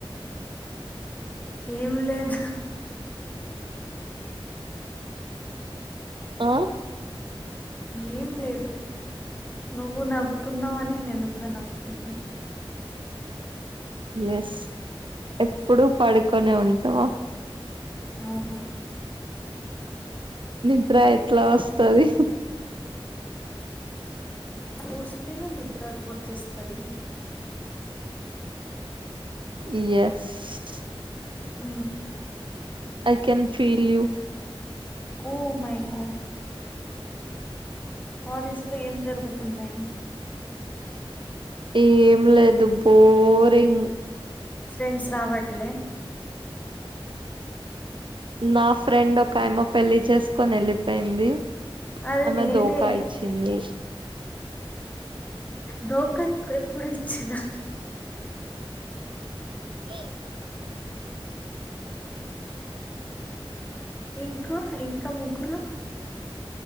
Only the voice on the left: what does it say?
ఏం లేదు
ఏం లేదు నువ్వు నవ్వుతున్నావ అని నేన్ కూడా నవ్వుతున్నా
అవున
కుసుంటేనే నిద్ర వచ్చేస్తుంది
uh
oh my God college లో ఏం జరుగు తున్నాయి
ఫ్రెండ్స్ రావట్లే
అది
నేనే
దోకా నాకు ఎప్పుడు ఇచ్చినా
ఇంకో ఇంకా ముగ్గురు